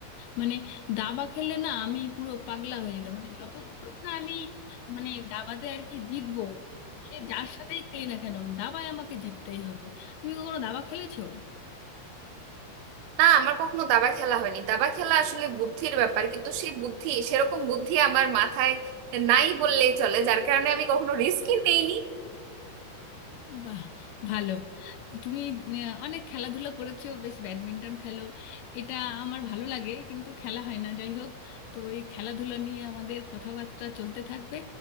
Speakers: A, on the left; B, on the right.
A: মানে দাবা খেললে না আমি পুরো পাগলা হয়ে যেতাম মানে যতক্ষণ না আমি মানে দাবাতে আর কি জিতবো সে যার সাথেই খেলি না কেন দাবায় আমাকে জিততেই হবে তুমি কখনো দাবা খেলেছো
B: না আমার কখনো দাবা খেলা হয়নি দাবা খেলা আসলে বুদ্ধির ব্যাপার কিন্তু সেই বুদ্ধি সেরকম বুদ্ধি আমার মাথায় নাই বললেই চলে যার কারণে আমি কখনো রিস্কই নেইনি
A: বাহ ভালো তো তুমি আহ, অনেক খেলাধুলা করেছো বেশ ব্যাডমিন্টন খেলো এটা আমার ভালো লাগে কিন্তু খেলা হয় না যাই হোক তো এই খেলাধুলা নিয়ে আমাদের কথাবার্তা চলতে থাকবে